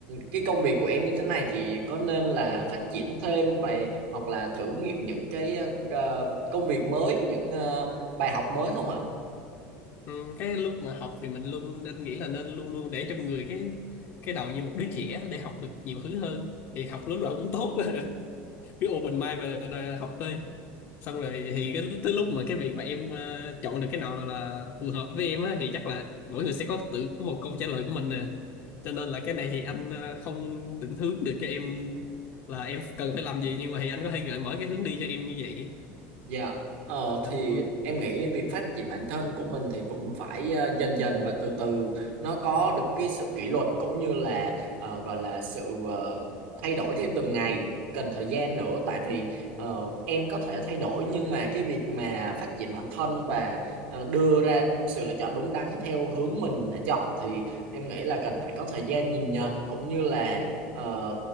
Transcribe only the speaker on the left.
Ừ, cái lúc mà học thì mình luôn nên nghĩ là nên luôn luôn để trong người cái cái đầu như một đứa trẻ để học được nhiều thứ hơn thì học lúc nào cũng tốt <laughs> cứ open mind và đòi học thôi xong rồi thì cái tới lúc mà cái việc mà em ờ, chọn được cái nào là phù hợp với em á thì chắc là mỗi người sẽ có tự có một câu trả lời của mình nè cho nên là cái này thì anh ờ, không định hướng được cho em là em cần phải làm gì nhưng mà thì anh có thể gợi mở cái hướng đi cho em như vậy
Là-
ừ.